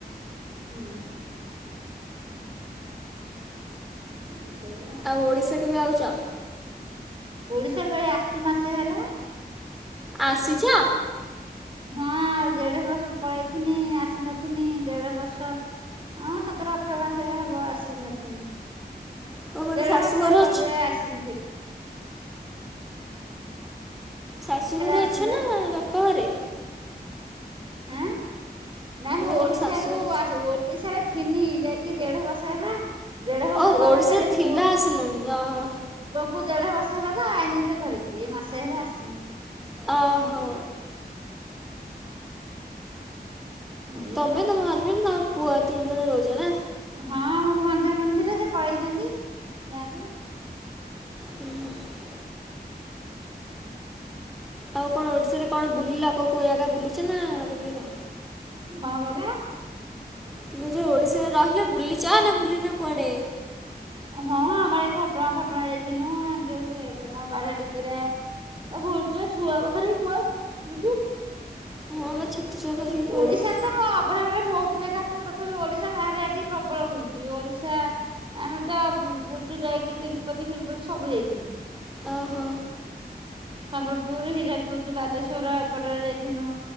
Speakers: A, on the right; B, in the centre.
A: ହଁ। ହଁ ସେଇଆ।
B: ଆଉ ଓଡ଼ିଶା କେବେ ଆଉଚ?
A: ଓଡ଼ିଶା ପା ଏଇ ଆସିଛୁ ମାସେ ହେଲା।
B: ଆସିଚ?
A: ହଁ ଆଉ ଦେଢ଼ ବର୍ଷ ପଳେଇଥିଲି ଆସି ନଥିଲି ଦେଢ଼ ବର୍ଷ ହଁ ସତର ଅଠର ମାସ ହବ ଆସି ନଥିଲି।
B: ଓ ମାନେ
A: ଦେଢ଼
B: ଶାଶୁଘରେ
A: ବର୍ଷ ପରେ
B: ଅଛି
A: ଆସିଲି ପୁଣି।
B: ଶାଶୁ ଘରେ
A: ଆସିବା
B: ଅଛ ନା ବାପା ଘରେ?
A: ଆଁ ନା ମୁଁ
B: କହିଲି ତମେ
A: ଓଡ଼ିଶାରୁ
B: ଶାଶୁଘରେ
A: ଓଡ଼ିଶାରେ ଥିଲି ଯାଇକି ଦେଢ଼ ବର୍ଷ ହେଲା ଦେଢ଼ ବର୍ଷ
B: ଅ
A: ପରେ
B: ଓଡ଼ିଶାରେ
A: ଫେର୍
B: ଥିଲା
A: ପୁଅ
B: ଆସିଲଣି ଓହୋ।
A: କୁ ଦେଢ଼ ବର୍ଷ ହେଲା ତ ଆଇନ ଫେର୍ ଧରିକି ଏଇ ମାସେ ହେଲା ଆସିଛି।
B: ଓହୋ।
A: ଏଇଆ
B: ତମେ,
A: ଆଉ
B: ତମ ହଜବେଣ୍ଡ, ତମ ପୁଅ ତିନି ଜଣ ରହୁଛ ନା?
A: ହଁ ମୋ ଭଣଜା ମାନେ ଥିଲେ ସେ ପଳେଇଛନ୍ତି ଗାଁକୁ।
B: ହୁଁ ହୁଁ। <unintelligible> ଆଉ କଣ ଓଡ଼ିଶାରେ କଣ ବୁଲିଲ କୋଉ କୋଉ ଜାଗା ବୁଲିଛ ନା ବୁଲିନ?
A: କଣ କହିଲେ?
B: ତମେ ଯୋଉ ଓଡ଼ିଶାରେ ରହିଲ ବୁଲିଚନା ବୁଲିନ କୁଆଡ଼େ?
A: ହଁ ଆମର ଏ ଘଟଗାଁ ଫଟଗା ଯାଇଥିଲୁ ଯୋଉ ଏଇଟା କଣପାରାଦିପିରେ ଏ ବୁଲିଛୁ ଏଇ ଛୁଆକୁ ଧରି କୁଆଡ଼େ ଯିବୁ?
B: ହଁ ପରା ଛୋଟ <unintelligible> କୁଆଡ଼େ
A: ଓଡ଼ିଶା
B: ଯିବ
A: ତ ମୁଁ ଅବିବାହିତ ବେଳେ ବହୁତ ଜାଗା ତଥାପି ଓଡ଼ିଶା ବାହାରେ ଆସିକି ପ୍ରବଳ ବୁଲିଛି। ଓଡ଼ିଶା ଆମେ ତ ବୁଲଛୁ ଯାଇକି ତିରୁପତି ଫିରୁପତି ସବୁ ଯାଇଥିଲୁ।
B: ଓହୋ।
A: ସମ୍ବଲପୁର, ହୀରାକୁଦ, ବାଲେଶ୍ଵର ଏପଟରେ ଯାଇଥିଲୁ